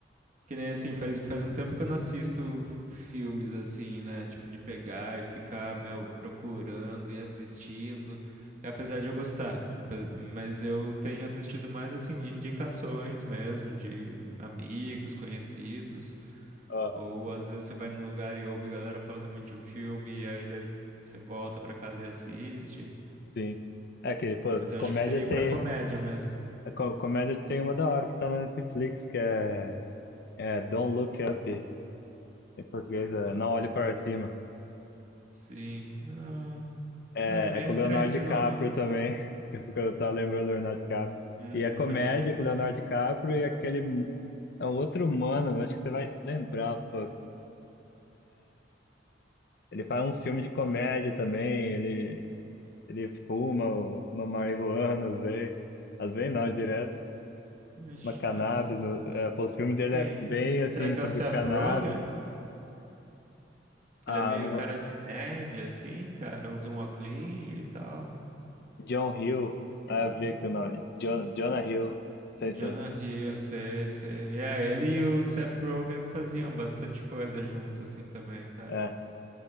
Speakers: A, on the right; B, on the left.
A: Que nem assim, faz, faz um tempo que eu não assisto filmes assim, né? Tipo, de pegar e ficar, meu, procurando e assistindo. E apesar de eu gostar, ape- mas eu tenho assistido mais assim de indicações mesmo, de amigos, conhecidos.
B: Aham,
A: Ou às vezes você vai num lugar e ouve galera falando muito de um filme, e aí daí você volta pra casa e assiste.
B: sim. É que, pô,
A: Mas eu
B: comédia
A: acho que seria
B: tem.
A: pra comédia mesmo.
B: a co- comédia tem uma da hora que tá na Netflix, que é, é Don't Look Up. Em português,
A: Então, Luca.
B: é Não Olhe Para Cima.
A: Sim. Ah,
B: É,
A: é, não me
B: é
A: é
B: com
A: estranho
B: o Leonardo
A: esse
B: DiCaprio
A: nome.
B: também. <laughs> Porque eu tava lembrando do Leonardo DiCaprio.
A: Hum,
B: E é comédia
A: pode crer.
B: com o Leonardo DiCaprio e aquele. É um outro humano, eu acho que você vai lembrar, pô. Ele faz uns filmes de comédia também, ele, ele fuma o- uma marihuana às vezes. Às vezes não, direto.
A: Ixi,
B: Uma cannabis.
A: mas
B: No, é, pô, os filmes dele
A: quem?
B: é bem assim,
A: Será que
B: sobre
A: é o Seth
B: cannabis.
A: Rogen? Que
B: Ah,
A: ele é meio
B: não vou-
A: cara de nerd, assim, cara, usa um óculinho e tal.
B: John Hill. Ah, eu vi aqui o nome. John, Jonah Hill. Não sei se
A: Jonah
B: é.
A: Hill, sei, sei. É, ele e o Seth Rogen faziam bastante coisa junto, assim, também, cara.
B: é,